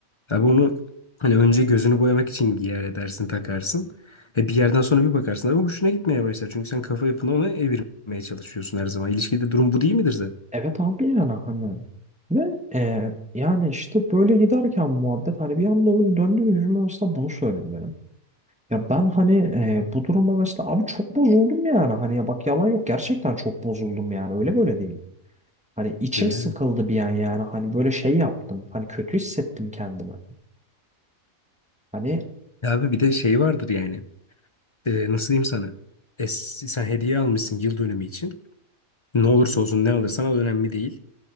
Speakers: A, on the left; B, in the centre.
A: abi onu hani önce gözünü boyamak için giyer edersin, takarsın. E bir yerden sonra bir bakarsın abi hoşuna gitmeye başlar. Çünkü sen kafa yapını ona evirmeye çalışıyorsun her zaman. İlişkide durum bu değil midir zaten?
B: evet abi yani hani ve e, yani işte böyle giderken muhabbet hani bir anda öyle döndü ve yüzüme aslında bunu söyledi benim. Ya ben hani e, bu duruma mesela abi çok bozuldum yani. Hani ya bak yalan yok gerçekten çok bozuldum yani. Öyle böyle değil. Hani içim
A: E Yani.
B: sıkıldı bir an yani. Hani böyle şey yaptım. Hani kötü hissettim kendimi. Hani
A: Ya Abi bir de şey vardır yani. E, nasıl diyeyim sana? E, sen hediye almışsın yıl dönümü için. Ne olursa olsun ne alırsan al önemli değil.